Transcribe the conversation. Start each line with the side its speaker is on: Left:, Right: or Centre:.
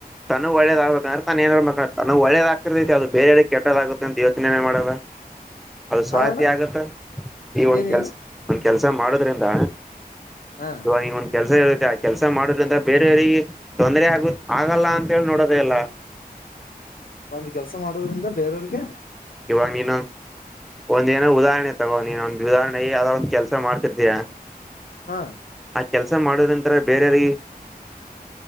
Centre: ತನ ಒಳ್ಳೇದಾಗ ಮ ತಾನ ಏನಿಬೇಕ ತನಗ್ ಒಳ್ಳೇದ ಅದು ಬೇರೆಡೆ ಕೆದಾಗುತ್ತಂತ ಯೋಚನೆ ಮಾಡೋಲ್ಲ ಅದು ಸ್ವಾರ್ಥಿ
Left: ಆ ಅಣ್ಣ
Centre: ಆಗತ್ತ ಈ ಒಂದ
Left: ಏನೇನು
Centre: ಕೆಲ್ಸ ಒಂದ ಕೆಲ್ಸ ಮಾಡೋದ್ರಿಂದ
Left: ಹಾ
Centre: ಇವಗ ಒಂದ್ ಕೆಲಸ ಇರುತ್ತೆ ಆ ಕೆಲಸ ಮಾಡೋದ್ರಿಂದ ಬೇರೆಯವರಿಗೆ ತೊಂದ್ರರೆ ಆಗ ಆಗಲ್ಲ ಅಂತ ಹೇಳಿ ನೋಡೋದೇ ಎಲ್ಲ
Left: ಒಂದ್ ಕೆಲ್ಸ ಮಾಡೋದ್ರಿಂದ ಬೇರೆಯವ್ರಿಗೆ
Centre: ಇವಾಗ ನೀನು ಒಂದ್ ನೋ ಉದಾಹರಣೆ ತಗೋ ನೀನ್ ಓದ್ ಉದಾಹರಣೆಗೆ ಯದ ಒಂದ ಕೆಲಸ ಮಾಡ್ತಿರ್ತಯ
Left: ಹಾ
Centre: ಆ ಕೆಲ್ಸ ಮಾಡದ್ ನಂರ ಬೇರ ಯಾರಿಗೆ